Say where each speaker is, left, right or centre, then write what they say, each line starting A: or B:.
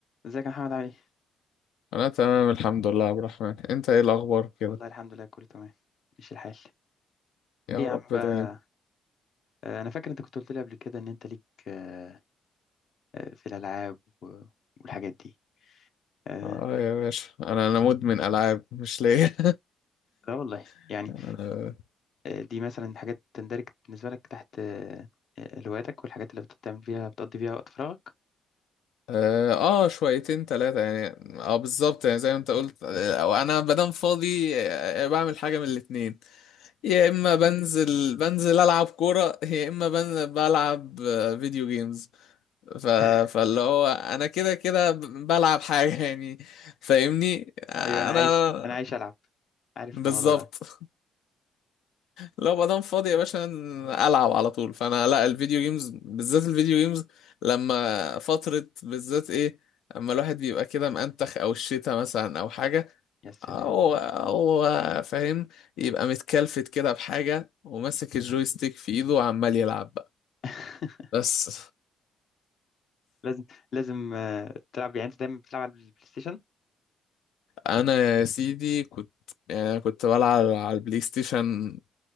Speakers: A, on the left; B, on the left.
A: ازيك يا محمد عامل ايه؟
B: انا تمام الحمد لله يا عبد الرحمن انت ايه الاخبار كده
A: والله الحمد لله كله تمام ماشي الحال
B: يا
A: ايه يا
B: رب
A: عم بقى
B: دايما
A: آه، انا فاكر انت كنت قلت لي قبل كده ان انت ليك آه، آه، في الالعاب و- والحاجات دي آه،
B: اه يا باشا انا انا مدمن العاب مش ليا
A: لا والله
B: <laughs>
A: يعني
B: انا
A: آه، دي مثلا حاجات تندرج بالنسبه لك تحت آه، آه، هواياتك والحاجات اللي بتعمل فيها بتقضي فيها وقت فراغك
B: اه آه، شويتين ثلاثه يعني اه بالظبط يعني زي ما انت قلت او انا مادام فاضي آه، آه، بعمل حاجه من الاتنين يا اما بنزل بنزل العب كوره يا اما بنزل بلعب آه، فيديو جيمز ف...
A: <laughs>
B: فاللي هو انا كده كده ب- بلعب حاجه يعني فاهمني آه،
A: ايوه انا
B: انا
A: عايش انا عايش العب عارف
B: بالظبط
A: الموضوع ده
B: لو بقى دام فاضي يا باشا العب على طول فانا لا الفيديو جيمز بالذات الفيديو جيمز لما فترة بالذات ايه اما الواحد بيبقى كده مأنتخ او الشتا مثلا او حاجة
A: يا سلام
B: او او فاهم يبقى متكلفت كده بحاجة وماسك الجويستيك في ايده وعمال يلعب بقى
A: <laughs>
B: بس
A: لازم لازم آه، تلعب يعني انت دايما بتلعب على البلاي ستيشن
B: انا يا سيدي كنت يعني كنت بلعب على البلاي ستيشن